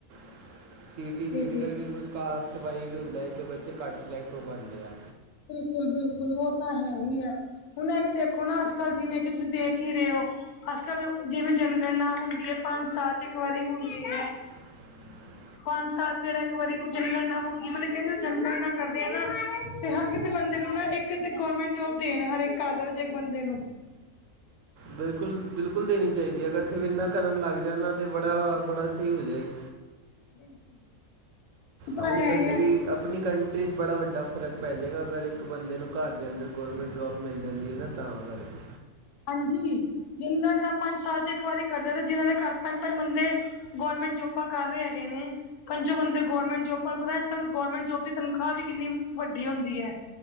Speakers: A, on the right; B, on the left.
A: <inaudible> ਸਿਟੀ ਸਿਟੀ
B: ਜੀ ਜੀ
A: ਕਰਕੇ ਕੁਛ ਕਾਸਟ ਵਾਈਜ ਵੀ ਹੁੰਦਾ। ਏ ਅਤੇ ਬੱਚੇ ਘੱਟ ਸਿਲੈਕਟ ਹੋ ਪਾਉਂਦੇ ਆ।
B: ਬਿਲਕੁਲ ਬਿਲਕੁਲ ਉਹ ਤਾਂ ਹੈ ਹੀ ਹੈ। ਹੁਣ ਵੀ ਦੇਖੋ ਨਾ ਅੱਜ ਕੱਲ ਜਿਵੇਂ ਕਿ ਤੁਸੀਂ ਦੇਖ ਹੀ ਰਹੇ ਹੋ। ਅੱਜ ਕਲ ਜਿਵੇਂ ਜਨਗਣਨਾ ਹੁੰਦੀ ਹੈ ਪੰਜ ਸਾਲ ਚ ਇੱਕ ਵਾਰੀ ਹੁੰਦੀ ਹੈ।
A: <inaudible>
B: ਪੰਜ ਸਾਲ ਚ ਜਿਹੜਾ ਇੱਕ ਵਾਰੀਈ ਜਨਗਣ ਨਾ ਹੁੰਦੀ ਮਤਲਬ ਜੰਗਣ ਨਾ ਕਰਦੇ ਆ ਨਾ ਤੇ ਹਰ ਕਿਸੇ ਬੰਦੇ ਨੂੰ ਨਾ ਇੱਕ ਗਵਰਮੈਂਟ ਜੋਬ ਦੇਣ ਹਰੇਕ ਕਰਹੇ ਇੱਕ ਬੰਦੇ ਨੂੰ
A: ਬਿਲਕੁਲ ਬਿਲਕੁਲ ਦੇਣੀ ਚਾਹੀਦੀ ਹੈ ਅਗਰ ਸਿਰਫ਼ ਇਨਾ ਕਰਨ ਲੱਗ ਜਾਣਾ ਤੇ ਬੜਾ ਬੜਾ ਸਹੀ ਹੋ ਜਾਏ
B: <inaudible> ਉਹ
A: ਆਪਣੀ
B: ਤਾਂ ਹੈ
A: ਕੰਟਰੀ
B: ਹੀ ਹੈ।
A: ਆਪਣੀ ਕੰਟਰੀ 'ਚ ਬੜਾ ਵੱਡਾ ਫਰਕ ਪੈ ਜਾਵੇਗਾ ਅਗਰ ਇੱਕ ਬੰਦੇ ਨੂੰ ਘਰ ਦੇ ਅੰਦਰ ਗੌਰਮੈਂਟ ਜੋਬ ਮਿਲ ਜਾਂਦੀ ਹੈ ਨਾ ਤਾਂ ਕਰ ਕੇ
B: ਹਾਂਜੀ ਜਿੰਗਡਨਾਂ ਨਾਲ ਪੰਜ ਸਾਲ ਚ ਇੱਕ ਵਾਰੀ ਕਰ ਜਾਂਦੇ ਜਿਹਨਾਂ ਦੇ ਘਰ ਪੰਜ ਪੰਜ ਬੰਦੇ ਗੌਰਰਮੈਂਟ ਜੋਬਾਂ ਕਰ ਰਹੇ ਹੈਗੇ ਨੇ ਪੰਜੋ ਬੰਦੇ ਗੌਰਮੈਂਟ ਜੋਬ ਤੁਹਾਨੂੰ ਪਤਾ ਅੱਜ ਕੱਲ ਗੌਰਰਮੈਂਟ ਜੋਬ ਦੀ ਤਨਖਾਹ ਵੀ ਕਿੰਨੀ ਵੱਡੀ ਹੁੰਦੀ ਹੈ